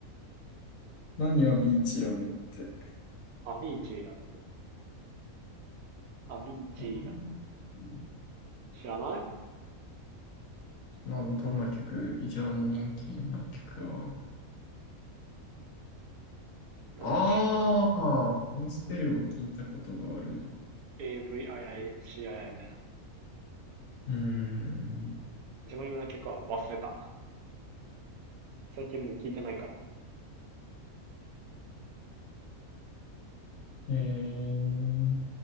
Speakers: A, on the left (about 70°); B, on the right (about 85°).
A: 何やビーチラムって。
B: アビーチューラ、アビーチューラ。
A: あうん
B: 知らない
A: なん、どんな曲一番人気の曲は。
B: なんだっけ
A: ああ、このスペルを聞いたことがあるわ。
B: ?AVIICII みたいな。
A: うーん。
B: 一番有名な曲は忘れた。最近もう聞いてないから。
A: えー